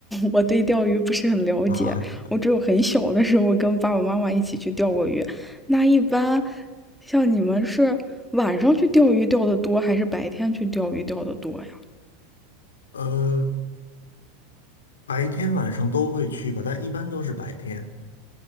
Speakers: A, in the centre; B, on the left.
A: 我对钓鱼不是很了解，
B: 啊，
A: 我只有很小的时候跟爸爸妈妈一起去钓过鱼。那一般像你们是晚上去钓鱼钓的多，还是白天去钓鱼钓的多呀？
B: <laughs> 呃，白天晚上都会去吧，但一般都是白天。